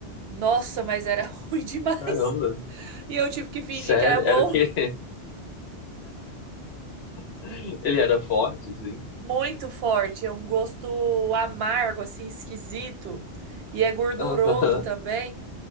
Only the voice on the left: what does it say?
caramba.
Sério,
era o que <laughs> Ele era forte, sim.
Aham.